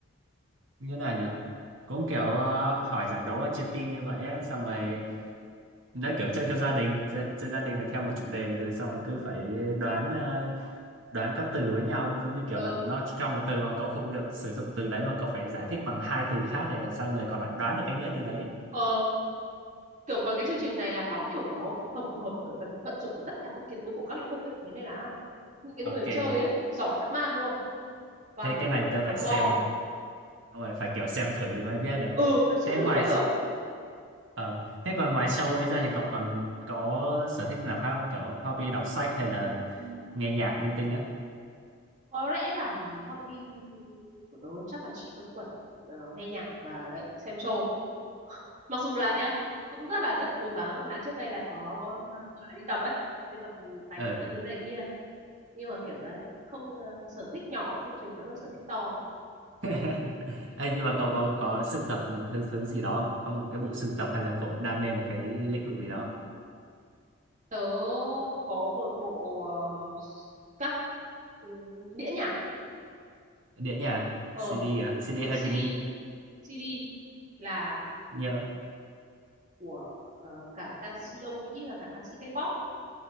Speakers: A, on the right (about 55°); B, on the right (about 35°).
A: như nào nhỉ cũng kiểu ờ, hỏi giải đố và chia team như vậy ấy. xong rồi
B: ừ,
A: nó kiểu chơi theo gia đình chơi, chơi gia đình là theo một chủ đề rồi xong rồi cứ phải đoán ờ, đoán các từ với nhau giống như
B: ờ,
A: kiểu là nó trong một từ mà cậu không được sử dụng từ đấy mà cậu phải giải thích bằng hai từ khác để làm sao người còn lại đoán được cái nghĩa từ đấy ấy.
B: ờ, kiểu còn cái chương trình này là nó kiểu nó tổng hợp với vận, vận dụng của tất cả các kiến thức của các lĩnh vực ấy thế nên là những cái người
A: ok
B: chơi ấy giỏi dã man luôn toàn
A: thế
B: kiểu
A: cái này tớ
B: đầu
A: phải xem
B: to
A: Đúng rồi phải kiểu xem thử thì mới biết được
B: ừ nó xem
A: thế
B: thử
A: ngoài
B: mới biết được
A: ờ, thế còn ngoài show đấy ra thì cậu còn có sở thích nào khác không kiểu hobby đọc sách hay là
B: Ừm,
A: nghe nhạc linh tinh á
B: có lẽ là hobby của tớ chắc là chỉ quanh quẩn ờ, nghe nhạc và đấy xem show mặc dù là nhá cũng rất là rất cố gắng là trước đây là có uh, gọi là đi tập ấy đi tập tành
A: ừ
B: các thứ này kia nhưng mà kiểu đấy không ờ, sở thích nhỏ không chiến thắng được sở thích to
A: <laughs> Ê, nhưng mà cậu có có sưu tập một thứ, thứ gì đó không? Có một cái bộ sưu tập hay là cậu đam mê một cái lĩnh vực gì đó?
B: tớ có một bộ ờ, các ừ, đĩa nhạc
A: Đĩa nhạc,
B: ờ
A: CD à? CD hay
B: CD
A: vinyl?
B: CD là
A: Nhớ.
B: của ờ, cả ca sĩ Âu Mỹ và cả ca sĩ K-pop